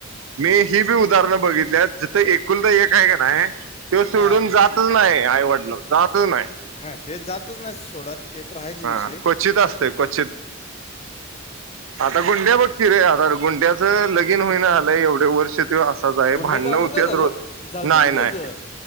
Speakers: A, on the right (about 80°); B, on the left (about 30°).
A: मी ही बी उदाहरणं बघितली जिथं एकूल तर एक आहे का नाही. तो सोडून
B: हां
A: जातच नाही आईवडल जातच नाही.
B: नाही ते जातच नाही सोडत. ते तर आहेच
A: हा
B: विषय.
A: क्वचित असतय क्वचित आता गुंड्या बघकीि रे आ गुंड्याचं लगीन होईन आलंय एवढे वर्ष त अस. आहे
B: गुंड्याचं
A: भांडण
B: अजून
A: होतत
B: नाही झालं
A: रोज
B: झालं
A: नाही
B: की
A: नाही.
B: त्याचं